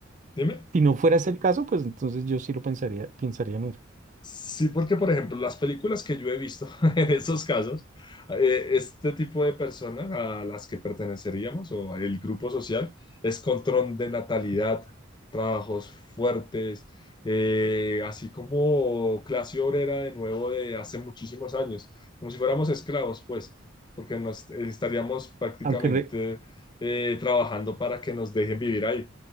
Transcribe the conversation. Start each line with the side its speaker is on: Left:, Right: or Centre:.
Left: Dime.
Right: si no fuera ese el caso, pues entonces yo sí lo pensaría, pensaría en ir.
Left: Sí, porque por ejemplo, las películas que yo he visto <laughs> en esos casos, eh, este tipo de personas a las que perteneceríamos o el grupo social es control de natalidad, trabajos fuertes, eh, así como clase obrera de nuevo de hace muchísimos años, como si fuéramos esclavos, pues, porque nos estaríamos prácticamente
Right: Aunque, re-
Left: eh, trabajando para que nos dejen vivir ahí.